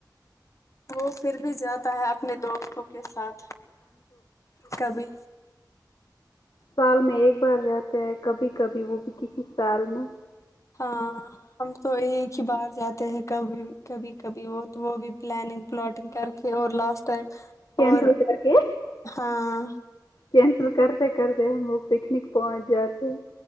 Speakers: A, on the left; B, on the left.
A: وہ پھر بھی جاتا ہے اپنے دوستوں کے ساتھ کبھی
B: سال میں ایک بار جاتتے ہیں کبھی کبھی وہ بھی کسی سال میں
A: ہاں ہم تو ایک ہی باہر جاتے ہیں کبھی کبھی کبھی وہ وہ بھی پلاننگ پلاٹنگ کر اور لاسٹ ٹائم
B: کینسل
A: اور
B: کر کے
A: ہاں
B: کینسل کرتے کرتے ہم وہوگ پکنک پہنچ جاتے